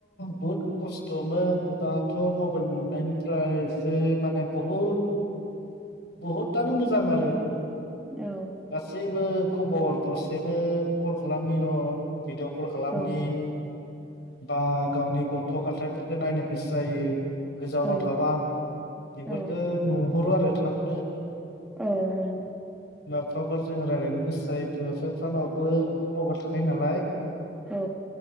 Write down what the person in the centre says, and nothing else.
औ
औ
औ
औ
औ औ।
औ।